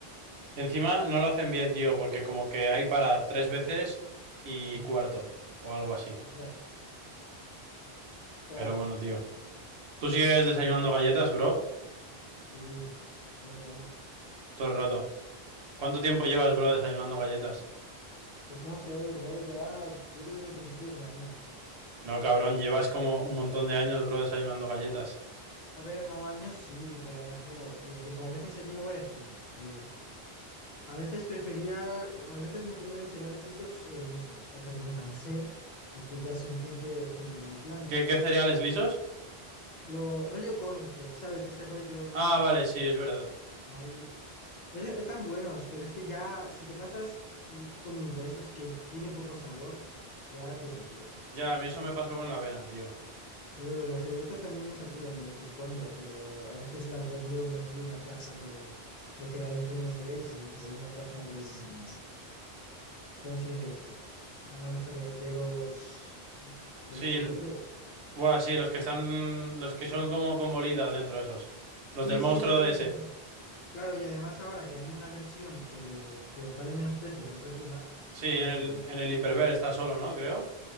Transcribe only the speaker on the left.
sí,
ya, claro.
Sí,
sí, todo el rato.
Sí, claro.
Pues no sé, bro, ya creo que desde principios de año.
A ver, no, años sí, pero me refiero que tipo a veces he tenido variaciones, rollo. A veces prefería, a veces me comía los cereales esos eh, lisos, hasta que me cansé, porque ya es suficiente cereal plano.
Lo rollo cornflakes, ¿sabes? De ese rollo
de maíz. Es- están buenos, pero es que ya si te pasas eh, comiendo esos que tienen poco sabor, ya te saturas.
Lo- Las galletas también me saturan de vez en cuando, pero a veces las varío, me pillo una caja de, de cereales rellenos de leche o una caja de... mm, ¿Cómo se dice esto? No me sale de los... de los
chocoflakes.
Sí,
sí, eso es tanto.
Claro, y además ahora que hay una versión que, que vale menos precio de otra tienda,
está bastante
bien.